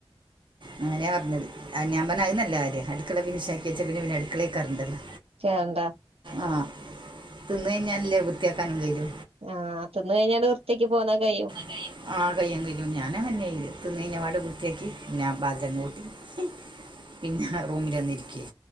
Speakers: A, on the right; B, on the right.
A: അങ്ങനെ പറഞ്ഞത് ആഹ് ഞാമ്പറഞ്ഞ് അത് നല്ല കാര്യാ അടുക്കള ഫിന്ഷാക്കി വച്ച പിന്ന പിന്ന അടുക്കളേൽ കേറണ്ടല്ലോ.
B: കേറണ്ടാ
A: ആഹ് തിന്ന് കഴിഞ്ഞാലല്ലേ വൃത്തിയാക്കാനും കയ്ലൂ
B: ആ തിന്ന് കഴിഞ്ഞാങ്ങ്ട് വൃത്ത്യാക്കി പോന്നാ കഴ്യും
A: കയ്യും ആഹ് കയ്യ കയ്യും ഞാൻ അങ്ങനന്ന ചെയ്യല്. തിന്ന് കഴിഞ്ഞപാടെ വൃത്തിയാക്കി. <unintelligible> പിന്നെ റൂമിൽ വന്നിരിക്കായ്യ